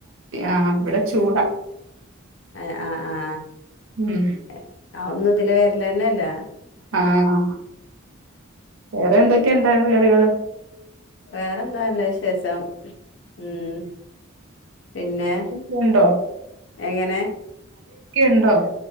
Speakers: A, on the right (about 80°); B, on the left (about 60°).
A: ആഹ ഇവിടെ ചൂട
B: എ ആഹ് ആ
A: ഉംമ്മ്
B: എ അഒന്നും ഇതില വരലെന്നെ ഇല്ല
A: ആഹ് വേറെ എന്തൊക്കെ ണ്ടായിരുന്നു കറികള്
B: വേറെന്താ നല്ല വിശേശം ഉം പിന്നെ
A: വുണ്ടോ
B: എങ്ങനെ
A: ഉണ്ടോ